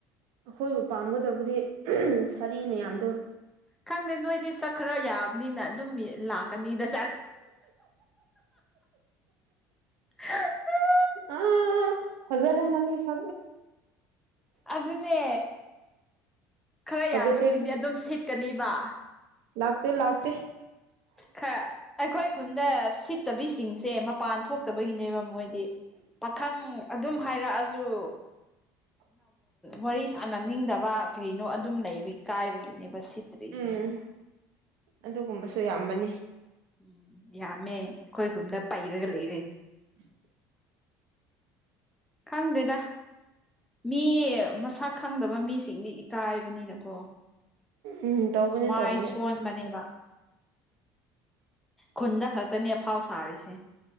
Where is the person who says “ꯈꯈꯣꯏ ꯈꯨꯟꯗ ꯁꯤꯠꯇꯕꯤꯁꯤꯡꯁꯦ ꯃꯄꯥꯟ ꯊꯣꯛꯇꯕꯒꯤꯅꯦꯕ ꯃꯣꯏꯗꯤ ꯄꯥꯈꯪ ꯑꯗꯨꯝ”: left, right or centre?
Centre